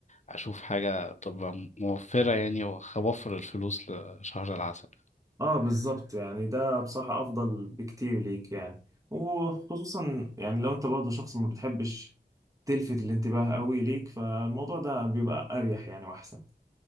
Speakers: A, on the left; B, on the right.
A: اشوف حاجه تبقى موفره يعني واوفر الفلوس لشهر العسل
B: اه بالظبط يعني ده بصراحة أفضل بكتير ليك يعني وخصوصا يعني لو أنت برضه شخص ما بتحبش تلفت الانتباه قوي ليك فالموضوع ده بيبقى أريح يعني وأحسن